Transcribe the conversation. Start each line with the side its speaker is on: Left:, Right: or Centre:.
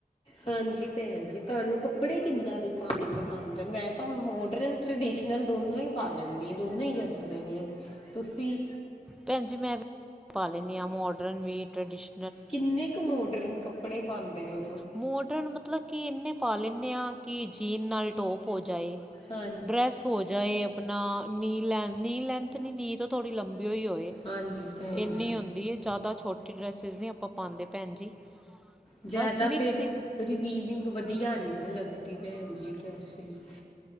Left: ਹਾਂਜੀ ਭੈਣ ਜੀ ਤੁਹਾਨੂੰ ਕੱਪੜੇ ਕਿੱਦਾਂ ਦੇ ਪਾਨੇ ਪਸੰਦ ਐ ਮੈਂ ਤਾਂ ਮੋਡਰਨ ਟਰਡੀਸ਼ਨਲ ਦੋਨੋਂ ਈ ਪਾ ਲੈਨੀਂ ਆ, ਦੋਨੋਂ ਈ ਜੱਚਦੇ ਨੇ, ਤੁਸੀਂ?
Centre: ਭੈਣ ਜੀ ਮੈਂ ਵੀ ਪਾ ਲੈਂਨੀ ਆ ਮੋਡਰਨ ਵੀ, ਟਰਡੀਸ਼
Left: ਕਿੰਨੇ ਕ ਮੋਡਰਨ ਕੱਪੜੇ ਪਾਂਦੇ ਓ?
Centre: ਮੋਡਰਨ ਮਤਲਬ ਕਿ ਇੰਨੇ ਪਾ ਲੈਂਨੇ ਆ ਕਿ ਜੀਨ ਨਾਲ ਟੋਪ ਹੋ ਜਾਏ।
Left: ਹਾਂ।
Centre: ਡਰੈਸ ਹੋ ਜਾਏ ਆਪਣਾ ਨੀ ਲ ਨੀ ਲੈਂਥ ਨੀ, ਨੀ ਤੋਂ ਥੋੜੀ ਲੰਬੀ ਹੋਈ ਹੋਏ।
Left: ਹਾਂਜੀ ਭੈਣ
Centre: ਏਨੀ
Left: ਜੀ
Centre: ਹੁੰਦੀ ਏ ਜਿਆਦਾ ਛੋਟੀ ਡਰੈਸਿਸ ਨੀ ਆਪਾਂ ਪਾਂਦੇ ਭੈਣ ਜੀ।
Left: ਜਿਆਦਾ
Centre: ਬਸ ਮਿਕਸ
Left: ਫੇਟ
Centre: ਹੀ
Left: ਰਿਵੀਲਿੰਗ ਵਧੀਆ ਨੀ ਨਾ ਲੱਗਦੀ ਭੈਣ ਜੀ ਡਰੈਸਿਸ।